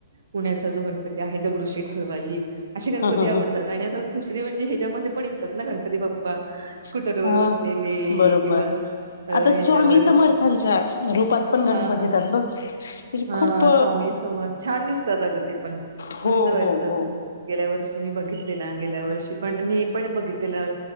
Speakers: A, on the right; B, on the left.
A: पुण्याचा जो गणपती आहे दगडूशेठ हलवाई अे गणपती
B: हम्म हम्म
A: आवडतात आणि आता दुसरे म्हणजे ह्याच्यामध्ये पण येतात ना गणपती बाप्पा स्कूटरवरर
B: हम्म अ
A: बसलेले
B: बरोबर
A: किंवा अ ह्याच्यावर
B: आता स्वामी समर्थांच्या रूपात पण गणपती
A: हा हा
B: येतात बघ म्हणजे
A: हा
B: खूप
A: स्वामी समोर छान दिसतात आ तथे पण
B: हो
A: मस्त वाटत
B: हो हो
A: गेल्या वर्षी मी बघितलेला गेल्या वर्षी पण मी पण बघितलेलं.